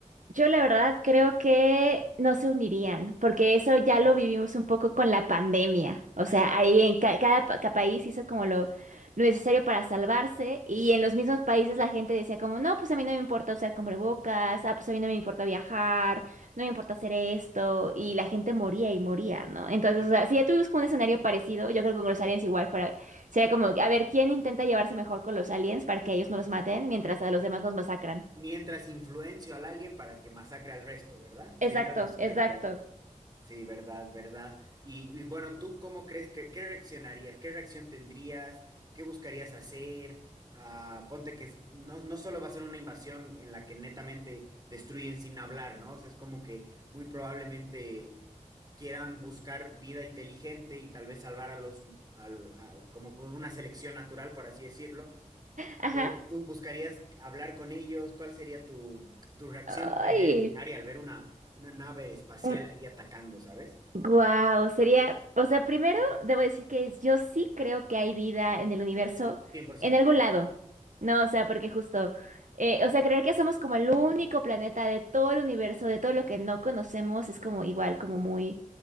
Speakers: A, on the right; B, on the right.
A: Yo la verdad creo que no se unirían, porque eso ya
B: ¿Verdad?
A: lo vivimos un poco con la pandemia.
B: Totalmente.
A: O sea, ahí en ca- cada, pa- ca- país hizo como lo, lo necesario para salvarse y en los mismos países la gente decía como, no, pues a mí no me importa usar cubrebocas, ah, pues a mí no me importa viajar, no me importa hacer esto y la gente moría y moría, ¿no? Entonces,
B: Sí.
A: o sea, si ya tuvimos como un escenario parecido, yo creo que con los aliens igual fuera, sería como, a ver, ¿quién intenta llevarse mejor con los aliens para que ellos no los maten mientras a los demás los masacran?
B: Mientras influencio al alien para que masacre al resto, ¿verdad? Sería
A: Exacto,
B: algo así,
A: exacto.
B: yo creo. Sí, verdad, verdad. Y, y bueno, ¿tú cómo crees que, qué reaccionarías? ¿Qué reacción tendrías? ¿Qué buscarías hacer? Ah, ponte que es- no, no solo va a ser una invasión en la que netamente destruyen sin hablar, ¿no? O sea, es como que muy probablemente quieran buscar vida inteligente y tal vez salvar a los, al- a- como con una selección natural, por así decirlo,
A: Ajá.
B: entonces, ¿tú buscarías hablar con ellos? ¿Cuál sería tu, tu reacción
A: Ay.
B: primer- primaria al ver una, una nave espacial
A: Un-
B: ahí atacando, ¿sabes?
A: Wow, sería, o sea, primero debo decir que yo sí creo que hay vida en el universo,
B: Cien por ciento.
A: en algún lado. No, o sea, porque justo, eh, o sea, creer que somos como el único planeta de todo el universo, de todo lo que no conocemos, es como igual, como muy,